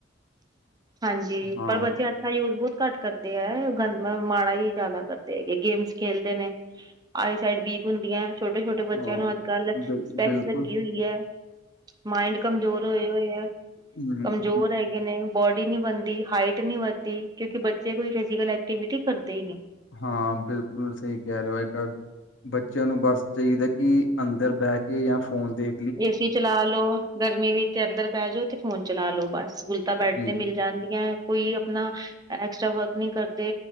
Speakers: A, on the right; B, on the left.
A: ਹਾਂਜੀ,
B: ਹਾਂ
A: ਪਰ ਬੱਚੇ ਯੂਜ ਬਹੁਤ ਘੱਟ ਕਰਦੇ ਹੈ ਗੰਦ, ਮਾੜਾ ਹੀ ਜ਼ਿਆਦਾ ਕਰਦੇ ਹੈਗੇ ਗੇਮਸ ਖੇਲਦੇ ਨੇ। ਆਈ ਸਾਈਡ ਵੀਕ ਹੁੰਦੀ ਹੈ, ਛੋਟੇ ਛੋਟੇ ਬੱਚਿਆਂ
B: ਹਾਂ
A: ਨੂੰ ਅੱਜ ਕੱਲ,
B: ਬਿਲ
A: ਸਪੈਕਸ
B: ਬਿਲਕੁਲ
A: ਲੱਗੀ ਹੋਈ ਹੈ। ਮਾਇੰਡ ਕਮਜ਼ੋਰ ਹੋਏ ਹੋਏ ਆ,
B: ਹੂੰ
A: ਕਮਜ਼ੋਰ ਹੈਗੇ ਨੇ। ਬੋਡੀ ਨੀ ਬਣਦੀ, ਹਾਈਟ ਨਹੀਂੀ ਵੱਧਦੀ, ਕਿਉਂਕਿ ਬੱਚੇ ਕੋਈ ਫਿਜ਼ਕਲ ਐਕਟੀਵਿਟੀ ਕਰਦੇ ਹੀ ਨਹੀਂ।
B: ਹਾਂ ਬਿਲਕੁਲ ਸਹੀ ਕਹਿ ਰਹੇ ਹੋ, ਅੱਜ ਕੱਲ ਬੱਚਿਆਂ ਨੂੰ ਬਸ ਚਾਹੀਦਾ ਕਿ ਅੰਦਰ ਬਹਿ ਕੇ, ਜਾਂ ਫੋਨ ਦੇ
A: ਏਸੀ ਚਲਾ ਲੋੋ, ਗਰਮੀ ਵਿੱਚ ਤੇ ਅੰਦਰ ਬਹਿ ਜਾਓ ਤੇ ਫੋਨ ਚਲਾ ਲੋੋ ਬਸ, ਗੁਲਤਾ ਬੈਡ
B: ਜੀ
A: ਤੇ ਮਿਲ ਜਾਂਦੀਆਂ। ਕੋਈ ਆਪਣਾ, ਐਕਸਟਰਾ ਵਰਕ ਨਹੀਂੀ ਕਰਦੇ।